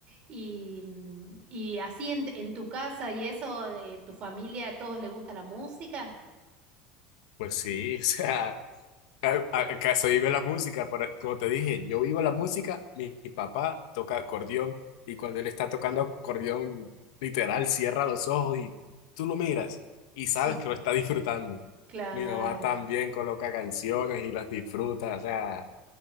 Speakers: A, on the right; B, on the left.
A: Y, mm, y así en, en tu casa y eso, eh, tu familia, ¿a todos les gusta la música?
B: Pues sí, <laughs> o sea. a- a- Acá se vive la música, para como te dije, yo vivo la música, mi, mi papá toca acordeón y cuando él está tocando acordeón, literal, cierra los ojos y tú lo miras y sabes
A: Sí,
B: que lo está disfrutando.
A: claro.
B: Mi mamá también coloca canciones y las disfruta, o sea,